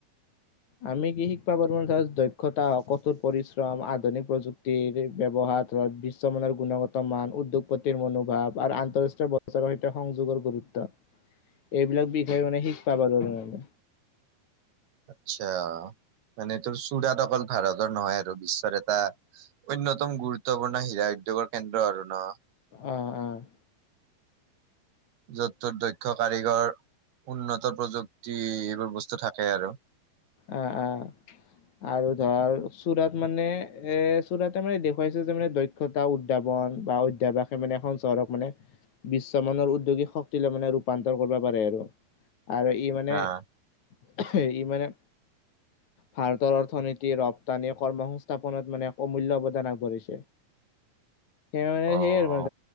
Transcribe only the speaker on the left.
আমি কি শিকবৰ পাৰো তাৰ দক্ষতা কঠোৰ পৰিশ্ৰম আধুনিক প্ৰযুক্তি ব্যৱহাৰ বিশ্বমানৰ গুণগত মান উদ্যোগপতিৰ মনোভাৱ আৰু আন্তঃৰাষ্ট্ৰীয় চৰ সৈতে সংযোগৰ গুৰুত্ব এইবিলাক বিষয়ে মানে শিকবৰ পাৰু আৰু
অ' অ'।
অ' অ' আৰু ধৰ চুৰাত মানে এ চূৰাতে মানে দেখুৱাইছে যে মানে দক্ষ দক্ষতা উদ্ৰাপন বা অধ্যয়ভাসে মানে এখন চহৰক মানে বিশ্বমানানৰ উদ্যোগিক শক্তিলে মানে ৰূপান্তৰ কৰিব পাৰে আৰু আৰু। ই মানে
ই মানে ভাৰতৰ অৰ্থনীতি ৰপ্তানি কৰ্মসংস্থাপনত মানে অমূল্য অৱদান আগবঢ়াইছে। সেই মানে
সেই মান